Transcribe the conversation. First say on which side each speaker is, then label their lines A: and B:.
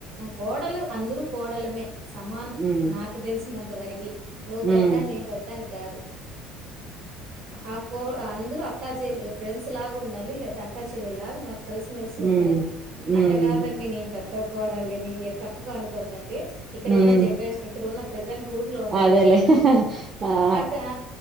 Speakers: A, on the right; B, on the right.
A: కోడలు అందరు కోడలమే సమానం‌.
B: ఉమ్
A: నాకు తెలిసినంత ఎవరకి నువ్వు
B: ఉమ్ ఉమ్
A: పెద్ద నే పెద్ద అని కాదు. ఆ కో అంద్రూ అక్కా చెల్లె, ఫ్రెండ్స్ లాగా ఉండాల లేతే అక్కాచెల్లెలాగ మల్ కలిసిమెలిసి
B: ఉమ్
A: ఉండాలి
B: ఉమ్
A: అట్టకాదండి
B: ఉమ్
A: నే పెద్ద కోడలని మీరు తప్పు అనుకోవద్దండి ఇప్పుడు
B: ఉమ్
A: ఉన్న జనరేషన్ ఇప్పుడు ఉన్న ప్రజెంట్ ఊర్లో ఉండేది
B: అదేలే
A: చెప్తున్నా.
B: ఆ
A: అట్ హ